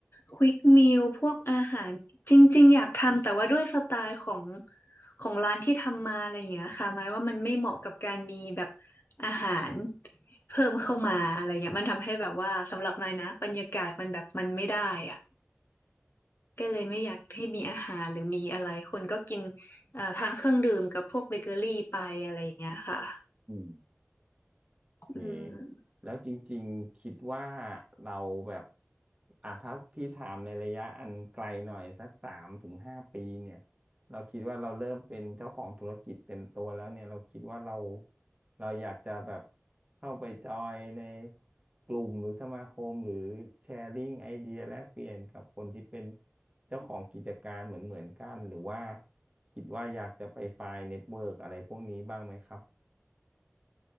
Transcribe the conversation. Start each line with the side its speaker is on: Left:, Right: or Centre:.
Left: ควิกมิลพวกอาหารจริงๆอยากทำแต่ว่าด้วยสไตล์ของของร้านที่ทำมาอะไรอย่างเงี้ยค่ะหมายว่ามันไม่เหมาะกับการมีแบบอาหารเพิ่มเข้ามาอะไรเงี้ยมันทำให้แบบว่าสำหรับมายนะบรรยากาศมันแบบมันไม่ได้อะ ก็เลยไม่อยากให้มีอาหารหรือมีอะไรคนก็กินเอ่อทานเครื่องดื่มกับพวกเบเกอรี่ไปอะไรอย่างเงี้ยค่ะ
Right: อืม เค
Left: อืม
Right: แล้วจริงๆคิดว่าเราแบบอ่ะถ้าพี่ถามในระยะอันไกลหน่อยสักสามถึงห้าปีเนี่ยเราคิดว่าเราเริ่มเป็นเจ้าของธุรกิจเต็มตัวแล้วเนี่ยเราคิดว่าเราเราอยากจะแบบเข้าไปจอยในกลุ่มหรือสมาคมหรือแชร์ลิงไอเดียแลกเปลี่ยนกับคนที่เป็นเจ้าของกิจการเหมือนเหมือนกันหรือว่าคิดว่าอยากจะไปไฟล์เน็ตเวิร์กอะไรพวกนี้บ้างไหมครับ